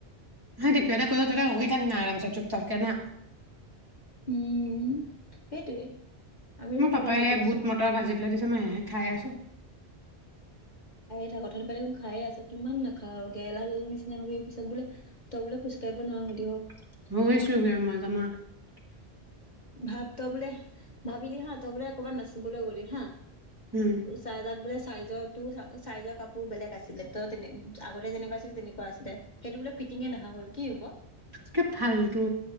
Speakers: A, on the right; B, on the left.
A: হয় তেতিয়াতে কৈছো তহঁতে হৈ থাক না আৰামচে চুপ চুপচাপ কৰে না
B: উম', সেইটোৱে। আমি দেখোন
A: মোৰ পাপাই
B: কথাই পাতি আছো
A: বুট মটৰ ভাজি পেলাই দিছে মই সেয়াহে খাই আছো।
B: দাৰেক অথুনি পৰা খাই আছা কিমান পিছত গেলা নিচিনা তই বুলে
A: <unintelligible>
B: <unintelligible> <unintelligible> ভাব তই বোলে ভাবিলি হা, তই বোলে কবাত নাচিবলৈ গলি হা
A: উম
B: চাহকাক বুলে চাইজৰটো চাইজৰ কাপোৰ বেলেগ আছিলে তই তেনে আগতে যেনেকুৱাছিলে তেনেকুৱা আছিলে সেইটো বোলে ফিটিঙে নহা হ'ল কি হ'ব?
A: কে ফাল্টু